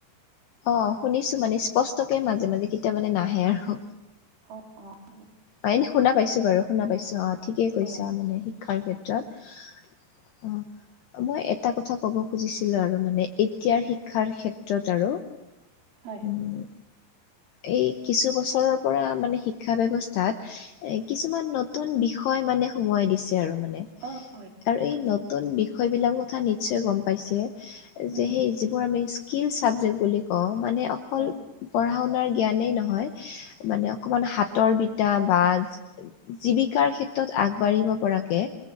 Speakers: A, on the left; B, on the right.
A: অ', শুনিছো মানে স্পষ্টকে মাজে মাজে কেতিয়া মানে নাহে আৰু।
B: অ', অ', অ'।
A: অ', এনে শুনা পাইছো বাৰু, শুনা পাইছো অ' ঠিকেই কৈছা
B: অ
A: মানে শিক্ষাৰ ক্ষেত্ৰত। অ'। মই এটা কথা ক'ব খুজিছিলো আৰু মানে এতিয়াৰ শিক্ষাৰ ক্ষেত্ৰত আৰু।
B: হয়
A: উম এই কিছু বছৰৰ পৰা মানে শিক্ষা ব্যৱস্থাত এ কিছুমান ন নতুন বিষয় মানে সোমোৱাই দিছ আৰু মানে।
B: অ হয়
A: আৰু
B: ঠিক
A: এই
B: কৈছে
A: নতুন বিষয়বিলাক কথা নিশ্চয় গম পাইছেই।
B: উম
A: যে সেই যিবোৰ আমি স্কিল চাবজেক বুলি কওঁ, মানে অকল
B: অ
A: পঢ়া শুনাৰ জ্ঞানেই নহয় মানে অকণমান হাতৰ বিদ্যা বা জীৱিকাৰ ক্ষেত্ৰত আগবাঢ়িব পৰাকে।